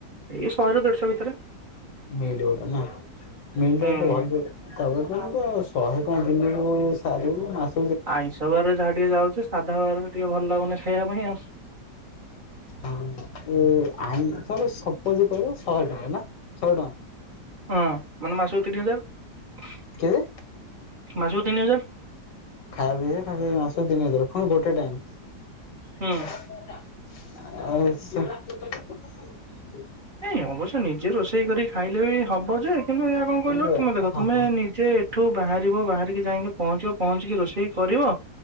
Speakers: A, on the right; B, on the left.
A: ଏଇ ଶହେ ରୁ ଦେଢଶହ ଭିତରେ
B: ମିଲ ଗୋଟା ନା? ମିଲଟା
A: ହୁଁ।
B: ତ ଭଲ ତାପରେ ଜଣକୁ ତ ଶହେ ଟଙ୍କା ଦିନକୁ ସାରିବୁ ମାସ
A: ଆଇଁଷ ବାର ଯାହା ଟିକେ ଯାଉଛି ସାଧା ବାରରେ ଟିକେ ଭଲ ଲାଗୁନି ଖାଇବା ପାଇଁ ଆଉ।
B: ଆଇଁଷ ରୁ ସବୁ ଯ କହିଲ ଶହେ ଟଙ୍କା ନା ଶହେ ଟଙ୍କା।
A: ହଁ ମାନେ ମାସକୁ ତିନି ହଜାର
B: କେତେ?
A: ମାସ। ତିନି ହଜାର।
B: ଖାଇବା ପିଇଵା ଖାଲି ମାସ ତିନି ହଜାର ପୁଣି ଗୋଟେ ଟାଇମ।
A: ହୁଁ।
B: ଟା ଆରେ ସେ
A: ନାଇଁ ଅବଶ୍ୟ ନିଜେ ରୋଷେଇ କରି ଖାଇଲେ ବି ହବ ଯେ କିନ୍ତୁ ଏହା କଣ
B: ହଁ।
A: କହିଲ ତୁମେ ଦେଖ ତୁମେ ନିଜେ ଏଠୁ ବାହାରିବ ବାହାରିକି ଯାଇକି ପହଞ୍ଚିବ ପହଞ୍ଚିକି ରୋଷେଇ କରିବ